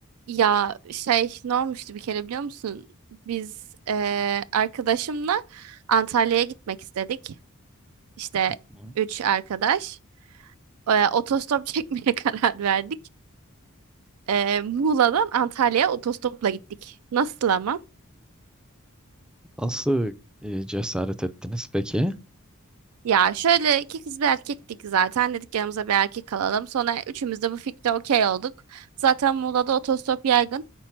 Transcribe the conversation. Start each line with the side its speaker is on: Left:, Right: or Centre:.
Right: Ya şey ne olmuştu bir kere biliyor musun? Biz eee, arkadaşımla Antalya'ya gitmek istedik. İşte
Centre: Hı.
Right: üç arkadaş. Eee, otostop <laughs> çekmeye karar verdik. Eee, Muğla'dan Antalya'ya otostopla gittik. Nasıl ama?
Centre: Nasıl e, cesaret ettiniz peki?
Right: Ya şöyle iki kız bir erkektik zaten. Dedik yanımıza bir erkek alalım. Sonra üçümüz de bu fikre okey olduk. Zaten Muğla'da otostop yaygın.